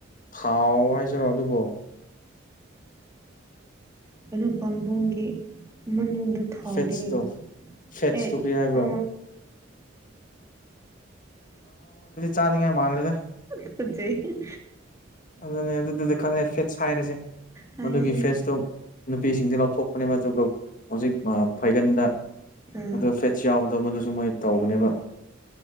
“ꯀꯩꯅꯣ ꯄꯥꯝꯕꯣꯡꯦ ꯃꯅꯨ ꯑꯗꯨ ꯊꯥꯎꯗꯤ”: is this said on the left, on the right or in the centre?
Right